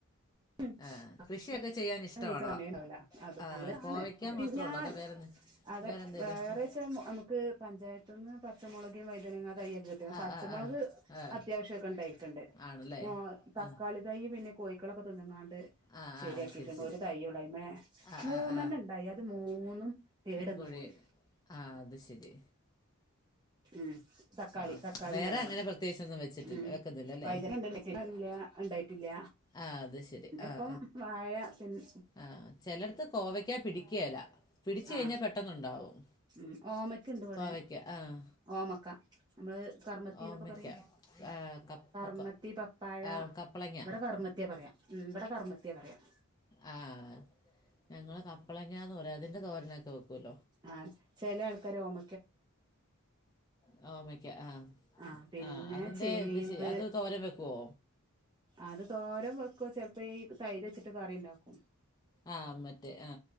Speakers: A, on the right; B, on the left.
A: <unintelligible>
B: ആ കൃഷിയൊക്കെ ചെയ്യാൻ ഇഷ്ടമാണോ
A: സമയം ഉണ്ടാവൂല അത
B: ആ
A: നല്ലതാണ്
B: കോവയ്ക്ക മാത്രമേ
A: ഞാൻ
B: ഉള്ളൂ അതോ വേറെ എന്ത്-
A: അതെ
B: വേറെ എന്തേലും
A: വേറെച്ച
B: ആ
A: നമുക്ക് പഞ്ചായത്തു നിന്ന് പച്ചമുളകും വഴുതനങ്ങ തൈയെക്കെ കിട്ടി
B: ആ
A: പച്ചമുളക്
B: ആ ആ ആ
A: അത്യാവശ്യം ഒക്കെ ഉണ്ടായിട്ടുണ്ട്
B: ആണല്ലേ
A: മു തക്കാളി
B: ആ
A: തൈ പിന്നെ കോഴിക്കളൊക്കെ തിന്ന് ങ്ങാണ്ട്
B: ആ
A: ശരിയാക്കിട്ടുണ്ട്
B: ആ ശരി ശരി
A: ഒരു തൈ ഒള്ളൂ അയ്മേ
B: ആ
A: മൂന്നെണ്
B: ആ ആ
A: ഉണ്ടായി അത് മൂന്നും കേടന്ന്
B: കോഴി
A: പോയി
B: ആഹ് അത് ശരി
A: ഉം തക്കാളി
B: ആ
A: തക്കാളി
B: വേറെ
A: ഉണ്ടായത്
B: അങ്ങനെ പ്രത്യേകിച്ചൊന്നും വെച്ചിട്ടില്ല
A: ഉം
B: വെക്കുന്നില്ല അല്ലേ
A: വൈദ്യന <unintelligible> ഉണ്ടായിട്ടില്ല
B: ആ അത് ശരി
A: പിന്നെ
B: ആഹ്
A: ഇപ്പം വായ പിന്നെ
B: ആ ചിലടത്ത് കോവയ്ക്കാ പിടിക്കേല പിടിച്ച
A: ആ
B: കഴിഞ്ഞാ പെട്ടന്നുണ്ടാവും
A: ഉം ഓമയ്ക്കുണ്ട് ഇവിടെ
B: കോവയ്ക്ക ആഹ്
A: ഓമക്ക നമ്മള് കർമ്മത്തി
B: ഓമയ്ക്ക
A: എന്നൊക്കെ പറയും
B: ആ, കപ്പ
A: കർമ്മത്തി,
B: ക-
A: പപ്പാഴ
B: ആ, കപ്പളങ്ങ
A: ഇവിടെ കർമ്മത്തിയ പറയാ ഉം ഇവിടെ കറമത്തിയാ പറയാം
B: ആഹ് ഞങ്ങള് കപ്പളങ്ങന്ന് പറയാ അതിന്റെ തോരനൊക്കെ വെക്കൂല്ലോ
A: ആഹ ചില ആൾക്കാര ഓമ
B: ആ ഓമക്ക ആഹ്
A: ആ പിന്നെ
B: ആഹ് അതിന്റെ
A: ചേമ്പ്
B: എന്ത് അത് തോരൻ വെക്കുവോ
A: അത് തോരം വെക്ക ചെലപ്പോ ഈ തൈര് വെച്ചിട്ട് കറിണ്ടാക്കും
B: ആ മറ്റേ ആ